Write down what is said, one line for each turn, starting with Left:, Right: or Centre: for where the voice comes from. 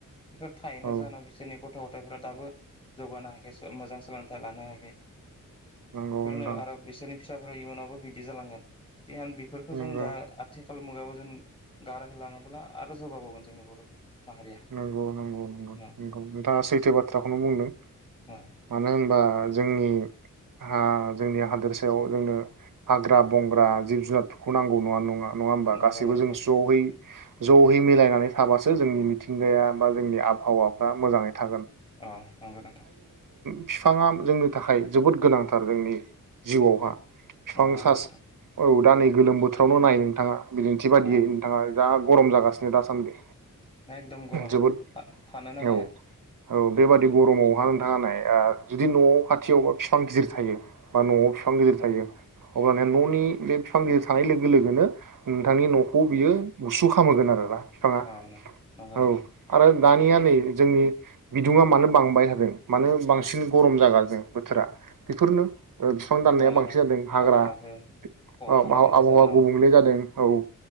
Left: बेफोर थायोना
Right: औ
Left: जाहोनाव बिसोरनि गथ' गथायफोरा दाबो जौगानो हायाखै सो मोजां सोलोंथाइ लानो हायाखै
Right: नंगौ
Left: बेफोरनो
Right: नोंथां
Left: आरो बिसोरनि फिस साफोरा इयुनावबो बिदि जालांगोन <unintelligible> बेफोरखो जों
Right: नंगौ
Left: दा आथिख खाल मुगायावबो जों गारहोलाङोब्ला आरो जौगाबावगोन जोंनि बर' माहारिया
Right: नंगौ नंगौ नंगौ
Left: उम
Right: नंगौ नोंथाङा सैथो बाथ्राखौनो बुंदों
Left: उम
Right: मानो होनबा जोंनि हा जोंनि हादोरसायाव जोंनो हाग्रा बंग्रा जिब जुनारफोरखौ नांगौ नङा नङा नङा होमबा
Left: नंगौ
Right: गासैबो
Left: नंगौ
Right: जों स'यै जहै मिलायनानै थाबासो जोंनि मि थिंगाया बा जोंनि आबहावाफ्रा मोजांङै थागोन।
Left: अ नंगौ नोंथां
Right: फिफांङा जोंनो थाखाय जोबोद गोनांथार जोंनि जिउआवहा फिफां
Left: नंगौ नंगौ
Right: सास
Left: नोंथां
Right: औ दा नै गोलोम बोथ थोरावनोल' नाय नोंथांङा बिदिन्थि बादियै
Left: अ
Right: नोंथाङा जा गरम जागासिनो दासान्दि
Left: एकदम गरम
Right: जोबोद
Left: था थानोनो हाया
Right: औ औ बेबादि गरमावहा नोंथांङा नाय आ जुदि न'आव खाथियावबा फिफां गिदिर थायो बा न'आव फिफां गिदिर थायो अब्लाना न'नि बे फिफां गिदिर थानाय लोगो लोगोनो नोंथांनि न'खौ बियो गुसु खामहोगोन आरोना। बिफाङा
Left: औ नंगौ
Right: औ
Left: नोंथां।
Right: आरो दानिया नै जोंनि बिदुङा मानो बांबाय थादों मानो बांसिन गरम जागाजों बोथोरा बेफोरनो फिफां
Left: बिफां
Right: दाननाया
Left: लाइफां
Right: बांसिन जादों हाग्रा
Left: आबहावाखौ खहा
Right: अ आ
Left: खालामनायनि
Right: आबहावा
Left: जाहोनाव
Right: गुबुंले जादों। औ